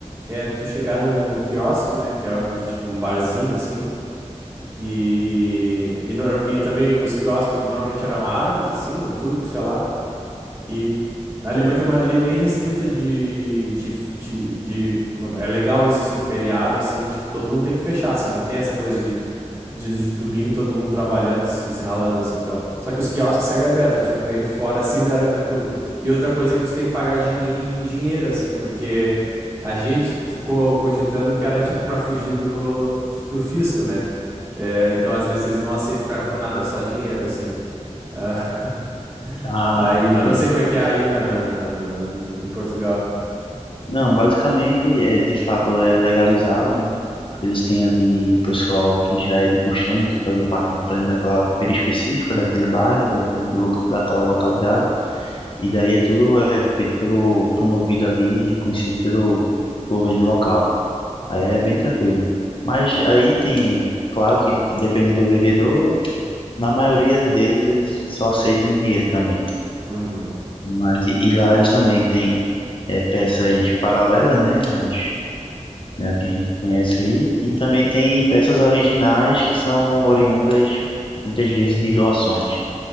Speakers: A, on the right (about 20°); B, on the left (about 45°).
A: é tu chegar num quiosque, né, que é onde, tipo, um barzinho, assim, e, e, nor- e também os quiosques normalmente eram árabes, assim, ou turcos, sei lá, e na Alemanha tem uma lei bem restrita de, de, de, de- É legal isso, sim, feriado, assim, tipo, todo mundo tem que fechar, assim, não tem essa coisa de, de, domingo todo mundo trabalhando, se, se ralando, assim, então. Só que os quiosques seguem abertos, tipo, meio fora, assim, da, da curva. E outra coisa é que tu tem que pagar de, em dinheiro, assim, porque a gente ficou cogitando que era, tipo, pra fugir do, do fisco, né? É, então, às vezes, eles não aceitam cartão, nada, é só dinheiro, assim. Ah, <laughs>
B: Ah,
A: Aí,
B: entendi.
A: mas não sei como é que é aí na, na- na- em Portugal.
B: Não, basicamente é de fato é legalizado, né? Eles têm ali o pessoal que já é de costume, que fazer parte do plano daquela feira específica, daquele bairro, daquele, lo- daquela localidade, e daí é tudo é feito pelo, promovido ali, reconhecido pelo governo local. Aí É bem tranquilo. Mas aí tem, claro que dependendo do vendedor, na maioria deles eles só aceitam em dinheiro também.
A: Uhum.
B: Mas e e lá eles também têm é, peças paralelas, né? As, né, que a gente conhece aí, e também tem peças originais que são oriundas muitas vezes de doações.